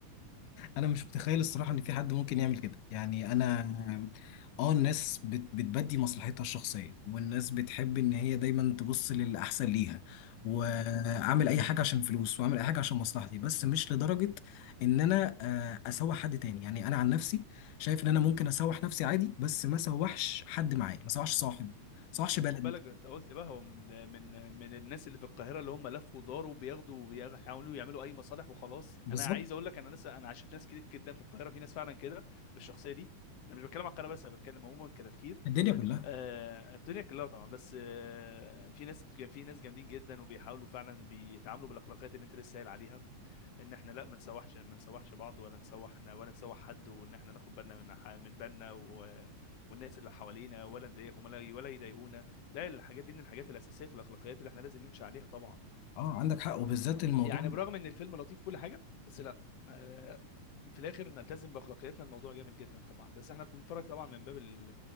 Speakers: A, on the left; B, on the left.
A: انا مش متخيل الصراحه ان في حد ممكن يعمل كده يعني انا
B: امم
A: اه الناس بت... بتبدي مصلحتها الشخصيه والناس بتحب ان هي دايما تبص للاحسن ليها واعمل
B: امم
A: اي حاجه عشان فلوس واعمل اي حاجه عشان مصلحتي بس مش لدرجه ان انا آه، اسوح حد تاني يعني انا عن نفسي شايف ان انا ممكن اسوح نفسي عادي بس ما اسوحش حد معايا ما اسوحش صاحب ما اسوحش
B: ما
A: بلد
B: تاخد بالك انت قلت بقى هو من ال- من من الناس اللي في القاهره اللي هم لفوا وداروا بياخدوا وبيحاولوا يعملوا اي مصالح وخلاص
A: بالظبط
B: انا عايز اقول لك انا ناس انا عشت ناس كتير جدا في القاهره في ناس فعلا كده بالشخصيه دي انا مش بتكلم على القاهره بس انا بتكلم عموما كتفكير
A: الدنيا كلها
B: آه الدنيا كلها طبعا بس آه في ناس في ناس جامدين جدا وبيحاولوا فعلا بيتعاملوا بالاخلاقيات اللي انت لسه قايل عليها ان احنا لا ما نسوحش ما نسوحش بعض ولا نسوحنا ولا نسوح حد وان احنا ناخد بالنا من ح- من بالنا و... والناس اللي حوالينا ولا نضايقهم ولا ولا يضايقونا لا الحاجات دي من الحاجات الاساسيه في الاخلاقيات اللي احنا لازم نمشي عليها طبعا
A: اه عندك حق وبالذات الموضوع
B: يعني برغم ان الفيلم لطيف كل حاجه بس لا آه، في الاخر نلتزم باخلاقياتنا الموضوع جامد جدا طبعا بس احنا بنتفرج طبعا من باب ال...